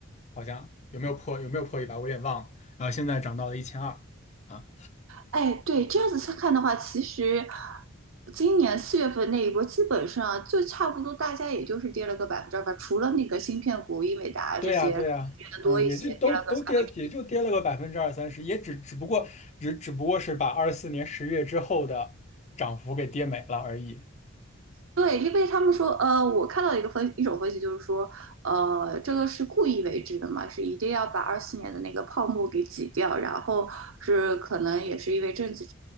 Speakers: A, on the left; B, on the right.
A: 好像有没有破有没有破一百？我有点忘了。然后现在涨到了一千二啊
B: 哎，对，这样子去看的话，其实今年四月份那一波，基本上就差不多，大家也就是跌了个百分之二吧，除了那个芯片股、英伟达这些可能跌的多一些，
A: 对呀，对呀，嗯，也就都都跌，
B: 跌了个三分之一。
A: 也就跌了个百分之二三十，也只只不过只只不过是把二四年十月之后的涨幅给跌没了而已。
B: 对，因为他们说，呃，我看到一个分一种分析，就是说，呃，这个是故意为之的嘛，是一定要把二四年的那个泡沫给挤掉，然后是可能也是因为政治